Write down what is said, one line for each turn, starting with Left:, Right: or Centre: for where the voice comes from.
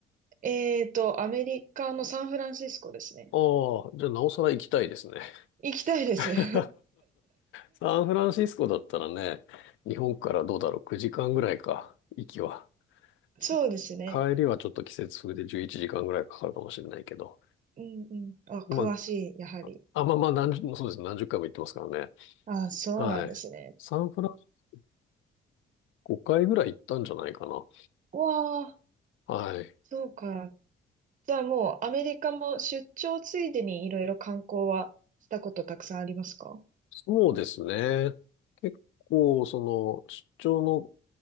Right: えっと、アメリカのサンフランシスコですね。
Left: ああ、じゃあなおさら行きたいですね。
Right: 行きたいです。
Left: <laughs>
Right: <laughs>
Left: サンフランシスコだったらね、日本からどうだろう、9時間ぐらいか、行きは。そ
Right: そうですね。
Left: 帰りはちょっと季節風で11時間ぐらいかかるかもしれないけど。
Right: うんうん。あ、
Left: ま
Right: 詳しい、やはり。
Left: あ、あ、まあまあ、何十、そうですね。何十回も行ってますからね。
Right: あ、そうなんですね。
Left: はい。サンフランシス5回ぐらい行ったんじゃないかな。
Right: うわあ、
Left: はい。
Right: そうか。じゃあもうアメリカも出張ついでにいろいろ観光はしたことたくさんありますか
Left: そうですね。結構、その、出張の